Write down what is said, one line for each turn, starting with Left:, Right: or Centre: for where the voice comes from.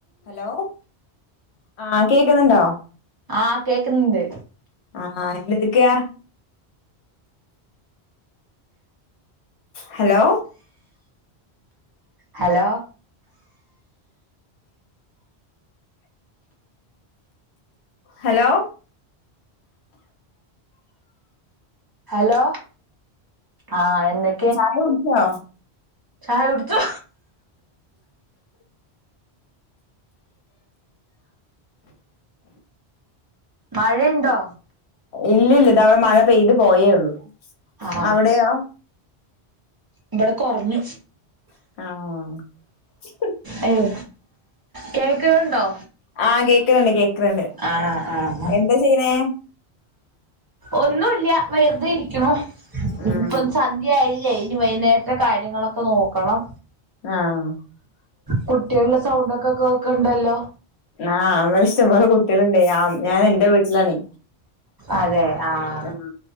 Left: Hello ആഹ് കേക്കുന്നുണ്ടോ.
Right: ആഹ് കേക്കുന്നുണ്ട്.
Left: അ ആഹ് എന്തെട്ക്കാ. ഹലോ.
Right: ഹലോ.
Left: ഹലോ.
Right: ഹലോ ആഹ് എന്തൊ
Left: ചായ കുടിച്ചോ.
Right: ചായ കുട്ച്ചു. മഴയ്ണ്ടോ
Left: ഇല്ലില്ല ഇതവ്ടെ മഴ പെയ്ത് പോയേള്ളു
Right: ആ
Left: അവിടയോ
Right: ഇബടെ കൊറഞ്ഞു
Left: ആഹ്
Right: അയോ കേൾക്കണുണ്ടോ
Left: ആഹ് കേക്കണണ്ട് കേക്കണണ്ട്
Right: ആഹ് ആഹ് ആഹ്
Left: എന്താ ചെയ്യണേ
Right: ഒന്നൂല്ല വെറുതെ ഇരിക്കുണു
Left: ഉം
Right: ഇപ്പം സ ന്ധ്യയായില്ലേ ഇനി വൈകുന്നേരത്തെ കാര്യങ്ങളൊക്കെ നോക്കണം.
Left: ആഹ്
Right: കുട്ടിയോളുടെ സൗണ്ടൊക്കെ കേക്ക്‌ണ്ടല്ലോ
Left: ആഹ് നമ്മള ഇഷ്ടംപോലെ കുട്ടികളുണ്ട് ഞാൻ എന്റെ വീട്ടിലാണെ
Right: അതെ ആഹ്
Left: ആഹ്